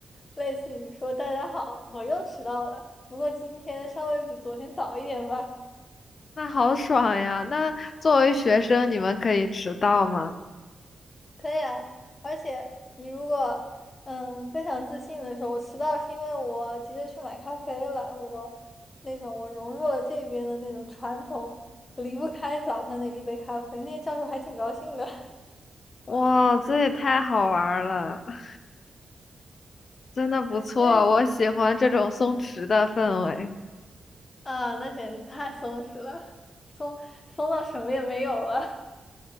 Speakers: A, on the left; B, on the left.
A: 类似于说“大家好，我又迟到了，不过今天稍微比昨天早一点吧。”
B: <laughs> 那好爽呀！那作为学生，你们可以迟到吗？
A: 可以啊，而且你如果嗯非常自信的说，我迟到是因为我急着去买咖啡了，我那种我融入了这边的那种传统，离不开早上的一杯咖啡，那些教授还挺高兴的，
B: 哇，这也太好玩儿了，<laughs> 真的不错，
A: <laughs> 因为
B: 我喜欢这种松弛的氛围。
A: 嗯啊，那简直是太松弛了，松松到什么也没有了。